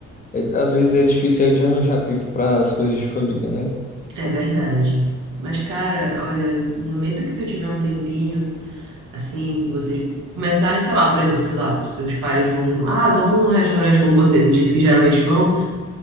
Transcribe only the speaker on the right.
É verdade. Mas, cara, olha, no momento que tu tiver um tempinho, assim, que vocês começarem, sei lá, por exemplo, sei lá, seus pais vão, ah, vamos num restaurante como você disse que geralmente vão.